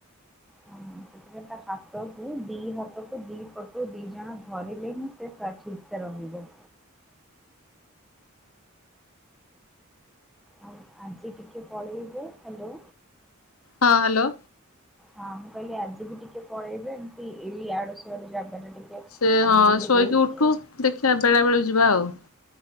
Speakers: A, in the centre; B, on the left (about 85°).
A: ହୁଁ ସେଥିପାଇଁ ତା ହାତକୁ ଦି ହାତକୁ ଦି ପଟୁ ଦି ଜଣ ଧରିଲେ ହିଁ ସେ ଠିକ୍ ସେ ରହିବ। ଆଉ ଆଜି ଟିକେ ପଳେଇବେ ହାଲୋ
B: ହଁ, ହାଲୋ
A: ହଁ ମୁଁ କହିଲି ଆଜି ବି ଟିକେ ପଳେଇବେ ଏମିତି ଏଇ ଇଆଡୁ ସିଆଡୁ ଜାଗା ଟା ଟିକେ
B: ସେ ହଁ
A: ବୁଲି
B: ଶୋଇକି
A: ଦେଇକି
B: ଉଠୁ ଦେଖିଆ ବେଳାବେଳି ଯିବା ଆଉ।